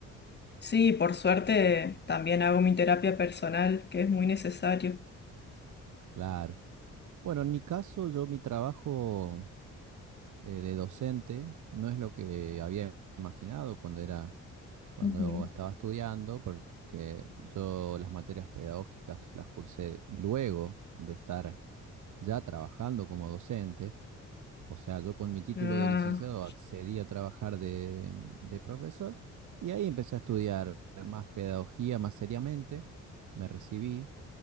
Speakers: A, on the left; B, on the right.
A: Sí, por suerte también hago mi terapia personal, que es muy necesario.
B: Claro. Bueno, en mi caso, yo mi trabajo eh, de docente no es lo que había imaginado cuando era, cuando
A: Ujú.
B: estaba estudiando, porque yo las materias pedagógicas las cursé luego de estar ya trabajando como docente. O sea, yo con mi título
A: Ah,
B: de licenciado accedí a trabajar de, de profesor y ahí empecé a estudiar más pedagogía más seriamente. Me recibí